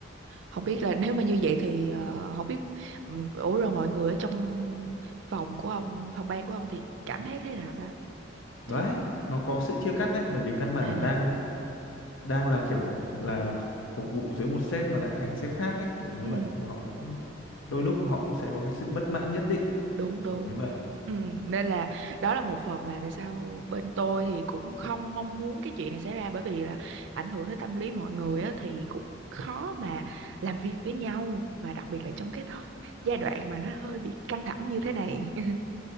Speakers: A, on the right (about 65°); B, on the left (about 75°).
A: không biết là nếu mà như vậy thì ờ, không biết ừ, ủa rồi mọi người ở trong phòng của ông phòng ban của ông thì cảm thấy thế nào ta Thế
B: đấy nó có
A: cũng
B: sự chia cắt đấy bởi vì căn bản
A: à
B: là đang đang là kiểu là ph- phục vụ dưới một sếp mà lại thành sếp khác ấy kiểu như
A: ừ
B: vậy thì họ cũng đôi lúc họ cũng sẽ có cái sự bất mãn nhất định
A: đúng đúng
B: kiểu như vậy
A: ừ, nên là đó là một phần mà tại sao bên tôi thì cũng không mong muốn cái chuyện này xảy ra bởi vì là ảnh hưởng đến tâm lý mọi người á, thì cũng khó mà làm việc với nhau mà đặc biệt là trong cái thời, giai đoạn mà nó hơi bị căng thẳng như thế này <laughs>